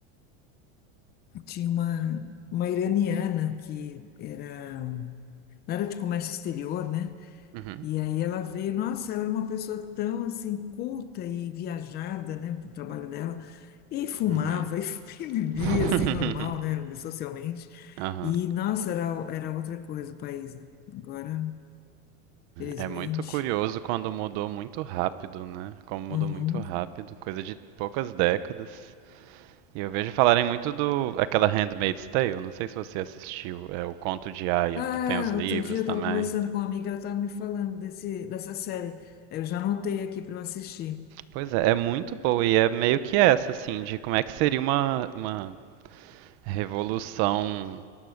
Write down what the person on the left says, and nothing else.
tinha uma, uma iraniana que era, ela era de comércio exterior, né?
E aí ela veio, nossa, ela era uma pessoa tão assim culta e viajada, né, pro trabalho dela. E fumava
<laughs> e bebia
assim normal, né, socialmente.
E nossa, era era outra coisa o país, né? Agora, felizmente,
uhum.
Ah,
outro dia eu estava
conversando com uma amiga, ela estava me falando desse, dessa série. Eu já anotei aqui para eu assistir.